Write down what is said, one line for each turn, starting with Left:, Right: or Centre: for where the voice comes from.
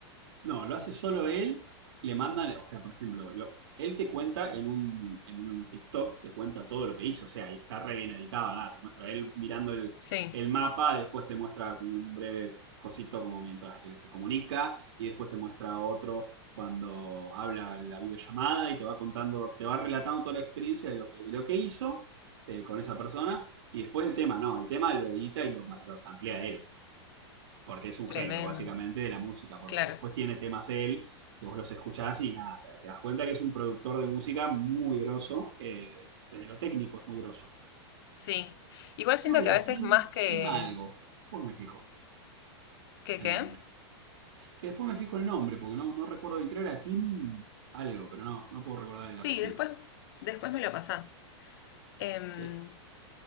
Right: No, lo hace solo él, le mandan, o sea, por ejemplo, lo- él te cuenta en un, en un TikTok, te cuenta todo lo que hizo, o sea, y está re bien editado, nada, te muestra él mirando el,
Left: Sí,
Right: el mapa, después te muestra como un breve cosito como mientras él se comunica, y después te muestra otro cuando habla la videollamada y te va contando, te va relatando toda la experiencia de lo que, de lo que hizo eh, con esa persona, y después el tema, no, el tema lo edita y lo, lo samplea él porque es un
Left: tremendo.
Right: genio básicamente de la música, porque
Left: Claro,
Right: después tiene temas él que vos los escuchás y nada, te, te das cuenta que es un productor de música muy groso, eh, desde lo técnico es muy grosso.
Left: sí. Igual siento
Right: Creo que era
Left: que a veces
Right: Tim,
Left: más que,
Right: Tim algo, después me fijo
Left: que
Right: el
Left: qué.
Right: nombre. Que después me fijo el nombre, porque no, no recuerdo bien, creo era Tim algo, pero no, no puedo recordar
Left: Sí,
Right: el apellido.
Left: después, después me lo pasás. Em,
Right: Sí,